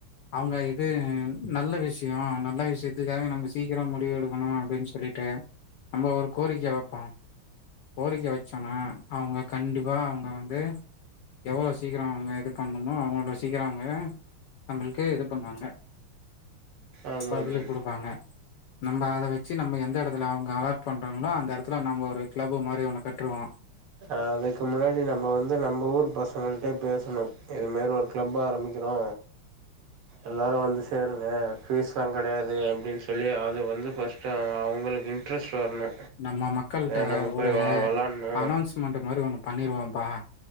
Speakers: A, on the left; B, on the right.
A: அவங்க இது நல்ல விஷய நல்ல விஷயத்துக்காக நம்ம சீக்கிர முடிவு எடுக்கணு அப்படின்னு சொல்லிட்டு நம்ம ஒரு கோரிக்கை வெப்போ கோரிக்க வச்சோனா அவங்க கண்டிப்பா அவங்க வந்து எவ்ளோ சீக்கிரம் அவங்க இது பண்ணணுமோ அவளோ சீக்கிரம் அவங்க நம்மளுக்கு இது பண்ணுவாங்க
B: அது
A: பதிலு
B: ஒன்று
A: குடுப்பாங்க நம்ம அத வச்சு நம்ம எந்த எடத்துல அவங்க அலர்ட் பண்றாங்களோ அந்த எடத்துல நம்ம ஒரு கிளப்பு மாதிரி ஒண்ணு கட்டுருவோ
B: அதுக்கு முன்னாடி நம்ம வந்து நம்ப ஊர் பசங்கள்ட்ட பேசணு இதுமாரி ஒரு கிளப் ஆரம்பிக்கிறோ எல்லாரு வந்து சேருங்க ஃபீஸ்லா கெடையாது அப்படின் சொல்லி அது வந்து ஃபர்ஸ்ட்டு அவங்களுக்கு இன்ட்ரெஸ்ட் வரணு
A: நம்ம மக்கள்ட்ட
B: நம்ம போய்
A: ஒரு
B: வ வெளாட்ணு
A: அனௌன்ஸ்மெண்ட் மாரி ஒண்ணு பண்ணிருவோம்ப்பா